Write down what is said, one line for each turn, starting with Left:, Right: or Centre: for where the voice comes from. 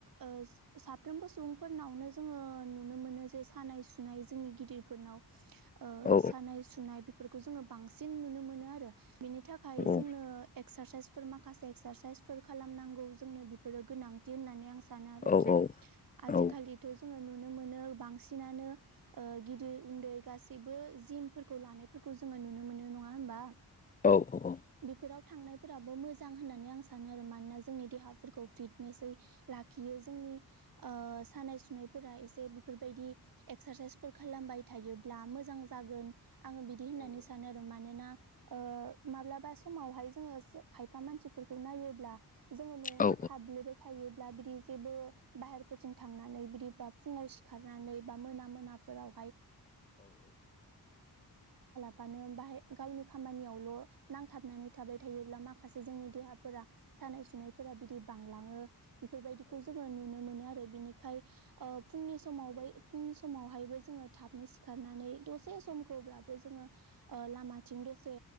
Right: ओ साफ्रोमबो सुबुंफोरनावनो जोङो नुनो मोनो जे सानाय सुनाय जोंनि गिदिरफोरनाव। ओ
Left: औ
Right: सानाय सुनाय बेफोरखौ जोङो बांसिन नुनो मोनो आरो। बिनि थाखाय
Left: औ
Right: जोंनो एक्सारसाइस माखासे एक्सारसाइसफोर खालामनांगौ जोंनो बेफोरो गोनांथि होननानै आं सानो आरोखि।
Left: औ
Right: आजिखालिथ'
Left: औ
Right: जोङो नुनोमोनो। बांसिनानो ओ गिदिर उन्दै गासिबो जिमफोरखौ फोरखौ जोङो नुनो मोनो नङा होमबा?
Left: औ औ औ।
Right: बेफोराव थांनायफोराबो मोजां होन्नानै आं सानो आरो। मानोना जोंनि देहाफोरखौ फिटनेसै लाखियो। जों नि ओ सानाय सुनायफोरा एसे बेफोरबायदि एक्सारसाइसफोर खालामबाय थायोब्ला मोजां जागोन आं बिदि होननानै सा मानोना ओ माब्लाबा समावहाय जोङो खायफा मानसिफोरखौ नायोब्ला जोङो न'आवनो
Left: औ
Right: थाब्लेबाय थायो। बिदि जेबो बाहेरफोरजों थांनानै बिदि बा फुङाव सिखारनानै बा मोना मोनाफोराव <unintelligible> लाबानो बाहाय गावनि खामानियावल' नांथाबनानै थाबाय थायोब्ला माखासे जोंनि देहाफोरा सानाय सुनायफोरा बिदि बांलाङो। बेफोरबायदिखौ जोङो नुनो मोनो आरो बिनिखाय ओ फुंनि समाव बै फुंनि समावहायबो जोङो थाबनै सिखारनानै दसे समखौब्लाबो जोङो लामाथिं दसे